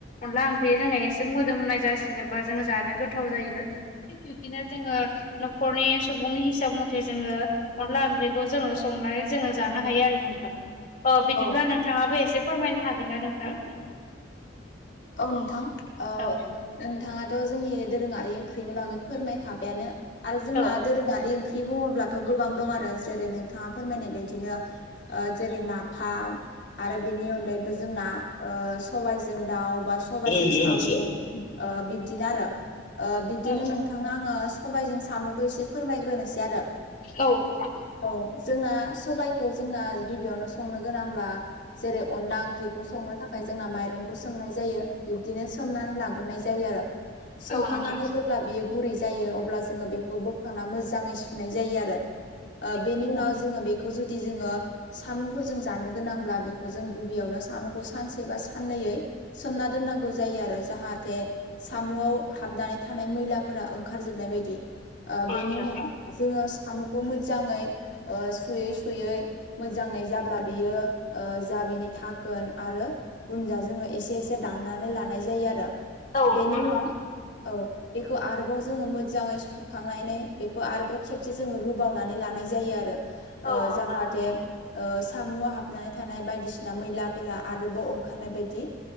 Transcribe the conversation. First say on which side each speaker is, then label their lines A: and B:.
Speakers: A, on the left; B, on the left.
A: अनला ओंख्रिया जोंना एसे मोदोमनाय जासिनोबा जोङो जानो गो थाव जायो थिग बिब्दिनो जोङो नखरनि सुबुंनि हिसाब मथे जोङो अनला ओंख्रिखौ जोङो संनानै जोङो जानो हायो आरो नोंथां। अ बिदिब्ला
B: औ
A: नोंथाङाबो एसे फोरमायनो हागोन ना नोंथां?
B: औ नोंथां ओ
A: औ
B: नोंथाङाथ' जोंनि दोरोङारि ओंख्रिनि बागै फोरमायखाबायानो। आरो जोंना
A: औ
B: दोरोङारि ओंख्रि बुङोब्लाथ' गोबां दं आरो जेरै नोंथाङा फोरमायनाय बायदिनो ओ जेरै नाफाम आरो बेनि अनगायैबो जोंना ओ सबाइजों दाउ बा सबाइजों
A: रोंगोना
B: साम'
A: मानसिया
B: ओ बिब्दिनो आरो। ओ बिदिनो
A: औ
B: नोंथां आङो सबाइजों साम'खो एसे फोरमायग्रोनोसै आरो।
A: औ नोंथां
B: औ जोंना सबाइखौ जोंना गिबियावनो संनो गोनांब्ला जेरै अनला ओंख्रिखौ संनो थाखाय जोंना माइरं खौ सोमनाय जायो बिब्दिनो सोमनानै लाग्रोनाय जायो आरो। सोमखांनानै
A: औ नोंथां
B: जेब्ला बियो गुरै जायो अब्ला जोङो बेखौ बोखांना मोजाङै सुनाय जायो आरो। ओ बेनि
A: औ
B: उनाव जोङो बे खौ जुदि जोंङो साम'फोरजों जानो गोनांब्ला बेखौ जों गिबियावनो साम'खौ खौ सानसे बा साननैयै सोमना दोननांगौ जायो आरो जाहाथे साम'आव हाबनानै थानाय मैलाफोरा ओंखारजोबनाय बायदि ओ बेनि
A: नोंथां
B: उनाव जोङो साम'खौ मोजाङै ओ सुयै सुयै मोजाङै जाब्ला बेयो ओ जा बेनि थाखोन आरो उनजा जोङो एसे एसे दाननानै लानाय जायो आरो
A: औ
B: बेनि
A: नंगौ नोंथां
B: उनाव औ बेखौ आरोबाव जोङो मोजाङै सुखांनानै बेखौ आरोबाव खेबसे जोङो रुबावनानै लानाय जायो आरो। ओ
A: औ नंगौ
B: जाहाथे
A: नोंथां
B: ओ सामुआव हाबनानै थानाय बायदिसिना मैलाफोरा आरोबाव ओखारनाय बायदि